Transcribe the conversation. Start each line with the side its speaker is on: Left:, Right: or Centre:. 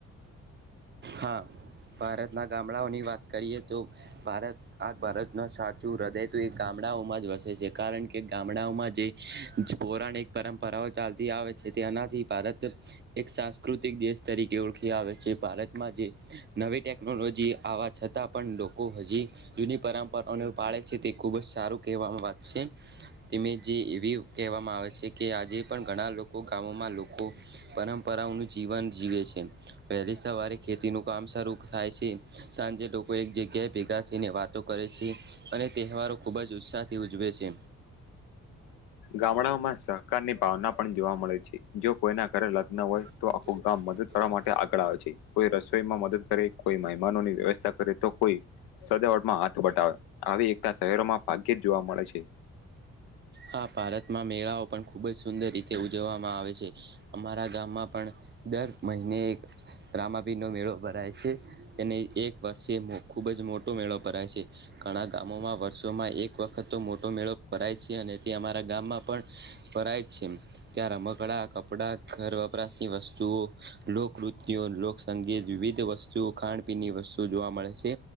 Right: હા, ભારત ના ગામડાઓની વાત કરીએ તો ભારત આ ભારતનું સાચું હૃદય તો એ ગામડાઓમાં જ વસે છે કારણ કે ગામડાઓમાં જે પૌરાણિક પરંપરાઓ ચાલતી આવે છે તેનાથી ભારત એક સા દેશ તરીકે ઓળખી આવે છે ભારતમાં જે નવી ટેકનોલોજી આવવા છતાં પણ લોકો હજી જૂની પરંપરાઓને પાળે છે તે ખૂબ જ સારું કહેવામાં વાત છે. તેમે જે એવી કહેવામાં આવે છે કે આજે પણ ઘણા લોકો ગામોમાં લોકો પરંપરાઓનું જીવન જીવે છે વહેલી સવારે ખેતી નું કામ શરૂ થાય છે સાંજે લોકો એક જગ્યાએ ભેગા થઈને વાતો કરે છે અને અને તહેવારો ખૂબ જ ઉત્સાહથી ઉજવે છે.
Left: ગામડાઓમાં સહકારની ભાવના પણ જોવા મળે છે જો કોઈના ઘરે લગ્ન હોય
Right: <unintelligible> ધન્યવાદ
Left: તો આખું ગામ મદદ કરવા માટે આગળ આવે છે કોઈ રસોઈમાં મદદ કરે કોઈ મહેમાનોની વ્યવસ્થા કરે તો કોઈ સજાવટમાં હાથ બટાવે આવી એકતા શહેરોમાં ભાગ્યે જ જોવા મળે છે
Right: હા ભારતમાં મેળાઓ પણ ખૂબ જ સુંદર રીતે ઉજવવામાં આવે છે અમારા ગામમાં પણ દર મહિને એક રામાપિર નો મેળો ભરાય છે અને એક વર્ષે ખુબ જ મોટો મેળો ભરાય છે. ઘણા ગામોમાં વર્ષોમાં એક વખત તો મોટો મેળો ભરાય છે અને અમારા ગામમાં પણ કરય છે ત્યાં રમકડા કપડા ઘર વપરાશની વસ્તુઓ લોકનૃત્ય લોકસંગીત વિવિધ વસ્તુઓ ખાાન પીનની વસ્તુઓ જો મળે છે